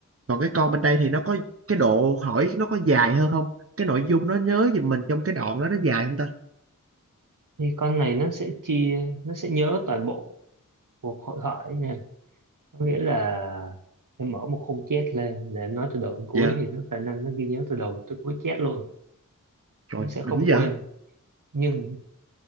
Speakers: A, on the right; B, on the right.
A: còn cái con bên đây thì nó có cái độ hỏi nó có dài hơn không cái nội dung nó nhớ giùm mình trong cái đoạn đó nó dài không ta
B: thì con này nó sẽ chia nó sẽ nhớ toàn bộ cuộc hội thoại nha có nghĩa là em mở một khung chat lên là em nói từ đầu đến cuối
A: dạ
B: thì nó khả năng nó ghi nhớ từ đầu tới cuối chat luôn
A: trời
B: nó sẽ không
A: đỉnh
B: quên
A: vậy
B: nhưng